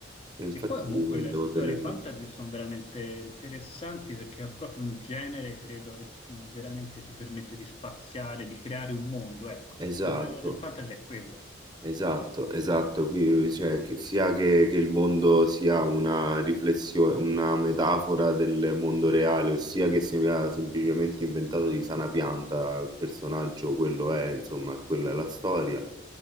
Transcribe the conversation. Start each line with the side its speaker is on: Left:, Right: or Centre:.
Right: infatti
Left: E poi comunque le
Right: devo
Left: storie
Right: tenerlo.
Left: fantasy sono veramente interessanti perché è proprio un genere, credo, che veramente ti permette di spaziare, di creare un mondo, ecco.
Right: Esatto.
Left: Il bello del fantasy è quello.
Right: Esatto, esatto, qui cioè, che sia che, che il mondo sia una riflessione, una metafora del mondo reale, ossia che sia semplicemente inventato di sana pianta il personaggio, quello è, insomma, quella è la storia,